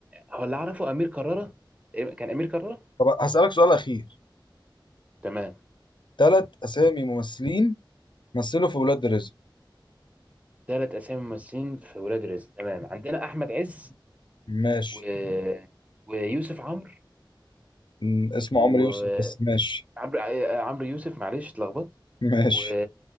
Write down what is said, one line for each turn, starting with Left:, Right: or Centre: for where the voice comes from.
Right: هو اللي أعرفه أمير كرارة تقريباً كان أمير كرارة
Left: طب هسألك سؤال اخير
Right: تمام
Left: ثلاث اسامي ممثلين مثلوا في ولاد رزق
Right: ثلاث اسامي ممثلين في ولاد رزق تمام عندنا احمد عز
Left: ماشي
Right: و... ويوسف عمرو
Left: م، اسمه
Right: وعمرو
Left: عمرو يوسف بس ماشي
Right: عمرو يوسف معلش اتلخبطت
Left: ماشي
Right: و...